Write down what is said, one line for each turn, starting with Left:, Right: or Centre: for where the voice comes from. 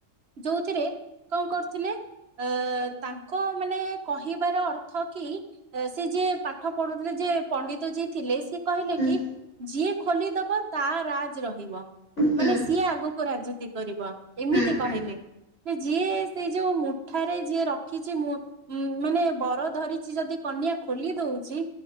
Right: ଯୋଉଥିରେ କଣ କରୁଥିଲେ ଅ ତାଙ୍କ ମାନେ କହିବାର ଅର୍ଥ କି। ସେ ଯିଏ ପାଠ ପଢୁଥିଲେ ଯେ ପଣ୍ଡିତ ଯିଏ ଥିଲେ ସେ। କହିଲେ
Left: ହୁଁ
Right: କି ଯିଏ ଖୋଲିଦବ ତା ରାଜ ରହିବ।
Left: ହୁଁ
Right: ମାନେ ସିଏ ଆଗକୁ ରାଜୁତି କରିବ ଏମିତି
Left: ହୁଁ ହୁଁ ହୁଁ ହୁଁ
Right: କହିଲେ। ଯିଏ ସେଇ ଯୋଉ ମୁଠାରେ ଯିଏ ରଖିଛି ମୁ ଉ ମାନେ ବର ଧରିଛି ଯଦି କନ୍ୟା ଖୋଲି ଦଉଛି